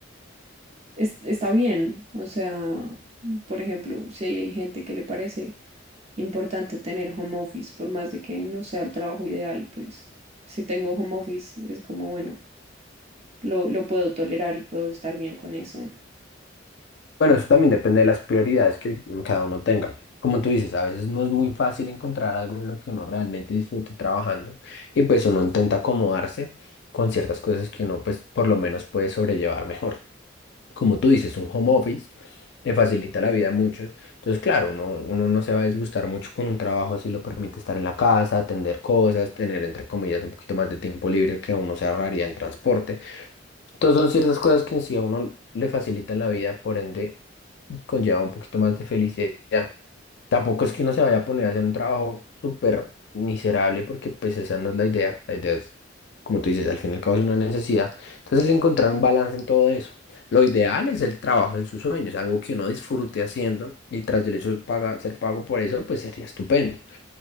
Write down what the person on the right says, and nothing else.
es- está bien. O sea, por ejemplo, si hay gente que le parece importante tener home office, por más de que no sea el trabajo ideal, pues si tengo home office es como, bueno, lo, lo puedo tolerar y puedo estar bien con eso.
¿no?